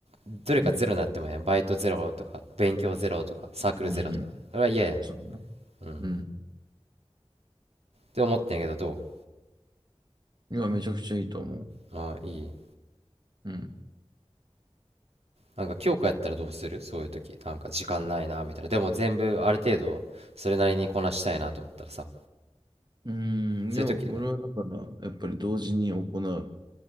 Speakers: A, on the right; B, on the right.
A: どれかゼロになってまうやんバイトゼロとか勉強ゼロとかサークルゼロとかそれは嫌やん
B: うん、うん、そうな。
A: うんっ
B: うん。
A: て思ってんやけどど
B: いや、めちゃくちゃいいと思う。
A: うああいい
B: うん。
A: なんか強化やったらどうするそういう時なんか時間ないなみたいなでも全部ある程度それなりにこなしたいなと思ったらさ
B: うん、
A: そういう時な
B: いや、俺はだから、やっぱり同時に行う